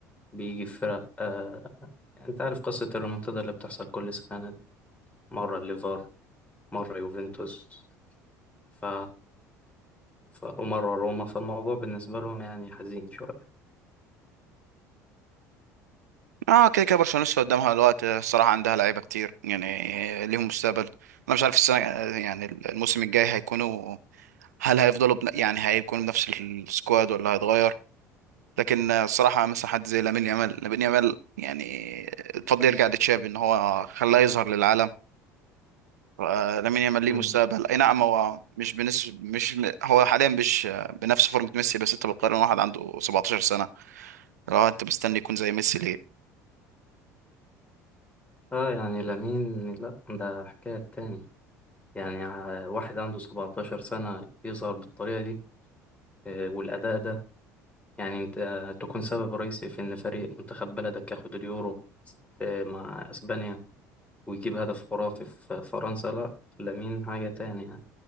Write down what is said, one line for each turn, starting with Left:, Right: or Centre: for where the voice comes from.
Left: بيجي في فرق آه، يعني أنت عارف قصة الريمونتادا اللي بتحصل كل سنة دي مرة الليفر مرة يوفنتوس ف... ف... ومرة روما فالموضوع بالنسبة لهم يعني حزين شوية
Right: اه كده كده برشلونه لسه قدامها الوقت الصراحه عندها لعيبه كتير يعني ليهم مستقبل انا مش عارف السنه يعني الموسم الجاي هيكونوا هل هيفضلوا بن... يعني هيكونوا بنفس السكواد ولا هيتغير لكن الصراحه مثلا حد زي لامين يامال لامين يامال يعني الفضل يرجع لتشافي ان هو خلاه يظهر للعالم آه، لامين يامال ليه
Left: مم.
Right: مستقبل اي نعم هو مش بنسبه مش هو حاليا مش بنفس فورمه ميسي بس انت بتقارن واحد عنده 17 سنه لو انت مستني يكون زي ميسي ليه
Left: اه يعني لامين لا ده حكاية تاني يعني ع- واحد عنده 17 سنة يظهر بالطريقة دي آه، والأداء ده يعني أنت آه، تكون سبب رئيسي في إن فريق منتخب بلدك ياخد اليورو آه، مع أسبانيا ويجيب هدف خرافي في فرنسا لأ لامين حاجة تاني يعني